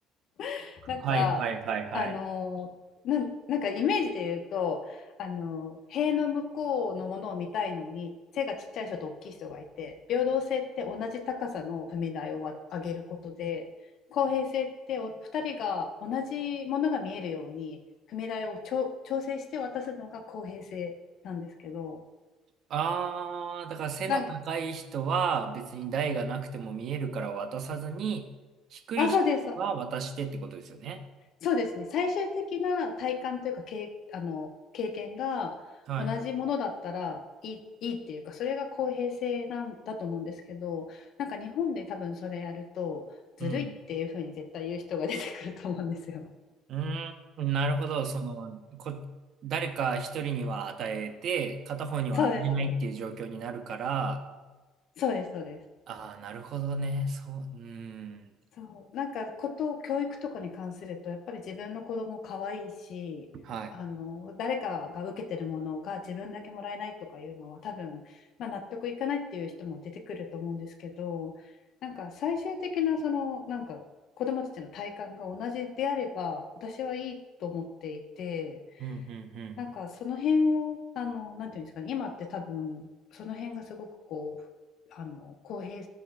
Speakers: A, on the left; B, on the right.
A: <laughs> なんかあのーなん、
B: はいはいはいはい。
A: なんかイメージで言うとあのー塀の向こうのものを見たいのに背がちっちゃい人と大きい人がいて平等性って同じ高さの踏み台をわ上げることで公平性ってお二人が同じものが見えるように踏み台をちょ調整して渡すのが公平性なんですけど
B: あー、だから背の高い人は別に台がなくても見えるから渡さずに、
A: なん
B: 低い人は渡してってことですよね。
A: あ、そうです、そうです。そうですね。最終的な体感というか、経あの、経験が同じものだったらいい、
B: はい。
A: いいっていうか、それが公平性なんだと思うんですけど、なんか日本で多分それやると、ずるいっていうふうに絶対言う人が出てくると思うんですよ。
B: うん。うーん、なるほど。その、こ、誰か一人には与えて、片方には与えないっていう状況になるから、
A: そうです、そうです。そうです、そうです。
B: ああ、なるほどね。そう、うーん。
A: そう、なんかこと教育とかに関するとやっぱり自分の子供可愛いしあの誰かが受けてるものが自分だけもらえないとかいうのは多分、
B: はい。
A: まあ、納得いかないっていう人も出てくると思うんですけどなんか最終的なそのなんか子供たちの体感が同じであれば私はいいと思っていて
B: うん、うん、うん。
A: なんかその辺をあのなんていうんですかね今って多分その辺がすごくこうあの公平